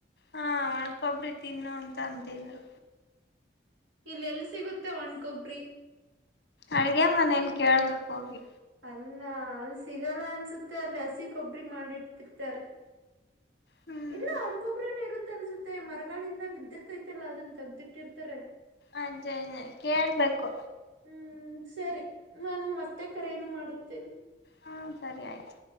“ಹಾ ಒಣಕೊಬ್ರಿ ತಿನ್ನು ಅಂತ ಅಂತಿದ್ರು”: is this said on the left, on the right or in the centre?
Left